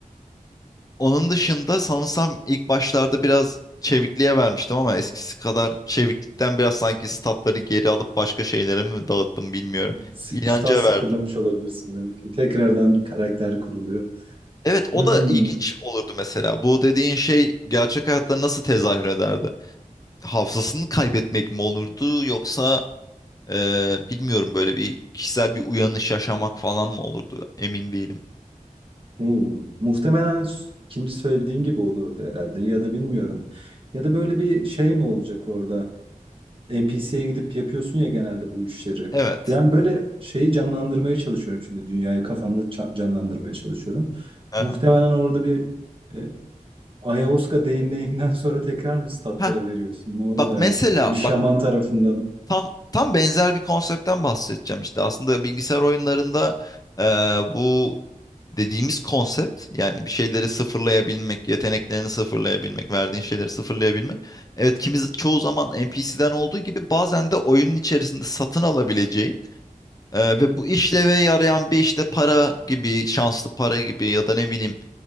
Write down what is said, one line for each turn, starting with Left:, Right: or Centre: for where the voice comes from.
Left: onun dışında sanırsam ilk başlarda biraz çevikliğe vermiştim ama eskisi kadar çeviklikten biraz sanki statları geri alıp başka şeylere mi dağıttım bilmiyorum.
Right: S-
Left: İnanca
Right: Stat sıfırlamış
Left: verdim.
Right: olabilirsin belki. Tekrardan karakter kuruluyor.
Left: Evet o
Right: Hmm,
Left: da ilginç olurdu mesela. Bu dediğin şey gerçek hayatta nasıl tezahür ederdi? Hafızasını kaybetmek mi olurdu yoksa e, bilmiyorum böyle bir kişisel bir uyanış yaşamak falan mı olurdu? Emin değilim.
Right: oo. Muhtemelen s- ikinci söylediğin gibi olurdu herhalde ya da bilmiyorum. Ya da böyle bir şey mi olacak orada? NPC'ye gidip yapıyorsun ya genelde bu işleri.
Left: Evet.
Right: Ben böyle şeyi canlandırmaya çalışıyorum şimdi dünyayı kafamda ça- canlandırmaya çalışıyorum.
Left: Aha.
Right: Muhtemelen orada bir e, Ayahuasca deneyiminden <laughs> sonra tekrar mı statlara
Left: Heh,
Right: veriyorsun? Ne oluyor
Left: bak
Right: artık?
Left: mesela
Right: Bir şaman
Left: bak
Right: tarafından.
Left: tam tam benzer bir konseptten bahsedeceğim işte. Aslında bilgisayar oyunlarında e, bu dediğimiz konsept yani bir şeyleri sıfırlayabilmek, yeteneklerini sıfırlayabilmek, verdiğin şeyleri sıfırlayabilmek. Evet kimi çoğu zaman NPC'den olduğu gibi bazen de oyunun içerisinde satın alabileceğin e, ve bu işleve yarayan bir işte para gibi, şanslı para gibi ya da ne bileyim